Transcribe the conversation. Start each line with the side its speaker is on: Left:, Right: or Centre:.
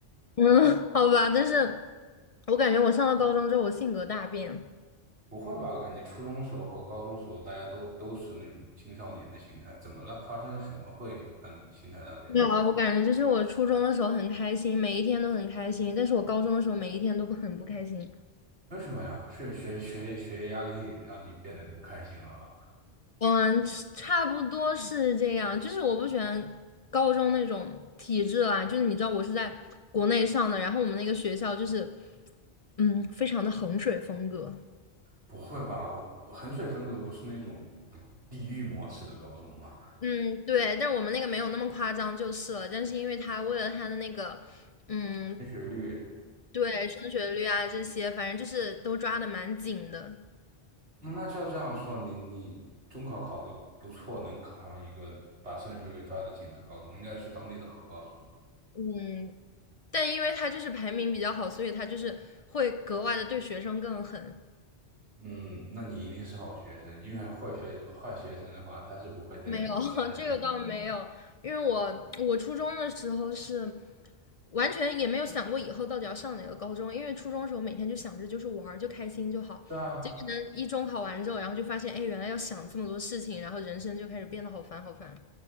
Left: 嗯，<laughs> 好吧，但是我感觉我上了高中之后，我性格大变。
Right: 不会吧？我感觉初中时候和高中时候大家都都是那种青少年的心态，怎么了？发生了什么会让你心态大变呢？
Left: 没有啊，我感觉就是我初中的时候很开心，每一天都很开心，但是我高中的时候每一天都不很不开心。
Right: 为什么呀？是学学业学业压力让你变得不开心了吗？
Left: 嗯，差不多是这样，就是我不喜欢高中那种体制啦，就是你知道我是在国内上的，然后我们那个学校就是，嗯，非常的衡水风格。
Right: 不会吧？我衡水分隔不是那种地狱模式的高中吗？
Left: 嗯，对，但我们那个没有那么夸张就是了。但是因为他为了他的那个，嗯，
Right: 升学率
Left: 对，升学率啊这些，反正就是都抓的蛮紧的。
Right: 那那照这样说，你你中考考得不错，能考上一个把升学率抓得紧的高中，应该是当地的好高中。
Left: 嗯，但因为他就是排名比较好，所以他就是会格外的对学生更狠。
Right: 嗯，那你一定是好学生，因为坏学坏学生的话，他是不会再理他的建议的。
Left: 没有，<laughs> 这个倒没有，因为我我初中的时候是。完全也没有想过以后到底要上哪个高中，因为初中的时候每天就想着就是玩儿就开心就好。
Right: 对啊，
Left: 结果呢，一中考完之后，然后就发现，哎，原来要想这么多事情，然后人生就开始变得好烦好烦。